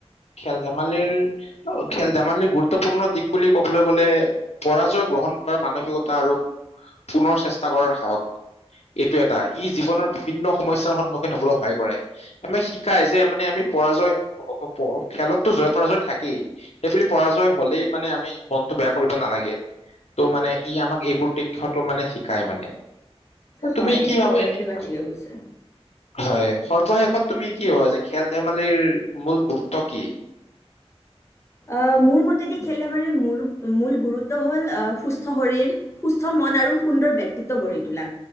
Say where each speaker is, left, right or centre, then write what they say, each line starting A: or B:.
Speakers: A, on the left (about 75°); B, on the left (about 25°).
A: খেল-ধেমালিৰ অ খেল-ধেমালিৰ গুৰুত্বপূৰ্ণ দিশ বুলি ক'বলৈ গ'লে পৰাজয় গ্ৰহণ কৰা মানসিকতা আৰু পুনৰ চেষ্টা কৰাৰ সাহস। এইটো এটা ই জীৱনৰ বিভিন্ন সমস্যাৰ সন্মুখীন হ'বলৈ সহায় কৰে। আমি শিকাই যে মানে আমি পৰাজয় <unintelligible> খেলততো জয় পৰাজয় থাকেই। সেইবুলি পৰাজয় হ'লেই মানে আমি মনতটো বেয়া কৰিব নালাগে। ত' মানে ই আমাক এইবোৰ তৃক্ষতো মানে শিকাই মানে। আৰু
B: হয়,
A: তুমি কি
B: এইটো
A: ভাবা এনেই
B: একেবাৰে
A: কোৱা
B: ঠিকে
A: চোন?
B: কৈছে।
A: হয়। সৰ্বশেষত তুমি কি ভবা যে খেল-ধেমালিৰ মূল গুৰুত্ব কি?
B: আহ মোৰ মতে দি খেল-ধেমালি মোৰ মূল গুৰুত্ব হ'ল সুস্থ শৰীৰ। সুস্থ মন আৰু সুন্দৰ ব্যক্তিত্ব গঢ়ি তোলা।